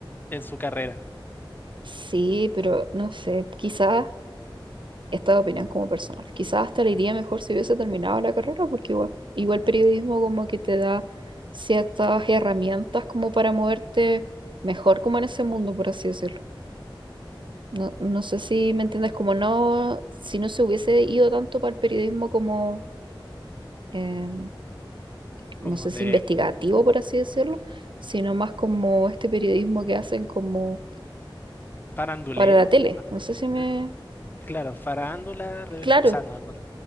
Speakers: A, on the left; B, on the right.
A: en su carrera,
B: Sí, pero no sé, quizás esta opinión como personal. Quizás hasta le iría mejor si hubiese terminado la carrera, porque igual, igual periodismo como que te da ciertas herramientas como para moverte mejor como en ese mundo, por así decirlo. No, no sé si me entiendes, como no, si no se hubiese ido tanto para el periodismo como, eh, no
A: como
B: sé
A: de
B: si investigativo, por así decirlo, sino más como este periodismo que hacen como
A: farandulero.
B: para la tele.
A: Ah,
B: No sé si
A: de-
B: me...
A: claro, farándula, redes,
B: Claro,
A: o sea, no, no,